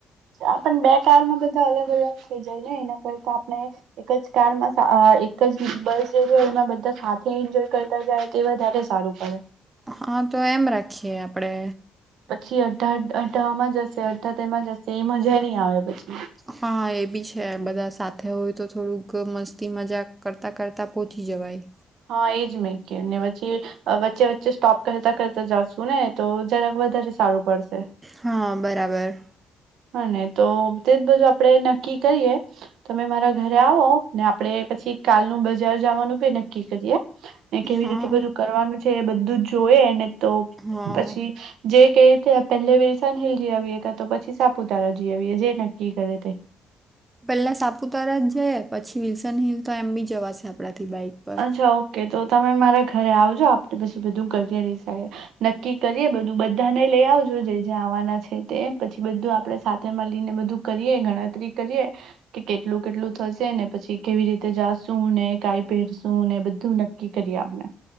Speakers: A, on the right; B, on the right.
A: આ પણ બે કાર માં બધા અલગ અલગ થઈ જાય ને એના કરતાં આપણે એક જ કાર માં સા અહ એક બસ જેવી એમાં બધા સાથે એન્જોય કરતા જાય તે વધારે સારું પડે.
B: હા તો એમ રાખીએ આપડે
A: પછી અડધા અડધા આમાં જશે અડધા તેમાં જશે એ મજા નઈ આવે પછી
B: હા એ બી છે. બધા સાથે હોય તો થોડુંક મસ્તી મજા કરતાં કરતાં પહોંચી જવાય.
A: હા એજ મેં કેઉ ને પછી વચ્ચે વચ્ચે સ્ટોપ કરતા કરતા જાશુ ને તો જરાક વધારે સારું પડશે.
B: હા બરાબર
A: હા ને તો તે જ બધું આપડે નક્કી કરીએ તમે મારા ઘરે આવો ને આપડે પછી કાલનું બજાર જવાનું બી નક્કી કરીએ. ને કેવી
B: હા
A: રીતે બધું કરવાનું છે. એ બધું જોય અને તો
B: હા
A: પછી જે ક તે પેહલે વિલસનહિલ જી આવી કા તો પછી સા પુ તારા જીઆવીએ જે નક્કી કરે તે
B: પહેલા સાપુતારા જઈએ પછી, વિલ્સનહિલ તો એમ બી આપણાથી બાઈક પર
A: અચ્છા ઓકે તો તમે મારા ઘરે આવજો આપે પછી બધું કરીએ ડીસાઈડ નક્કી કરીએ બધું બધાને લઈ આવજો જે જે આવવાના છે. તે પછી બધું સાથેમાં લઈને બધું કરીએ ગણતરી કરીએ તે કે કેટલું કેટલું થશે ને પછી કેવી રીતે જાશુંને કઈ પેરસું ને બધું નક્કી કરી આપડે.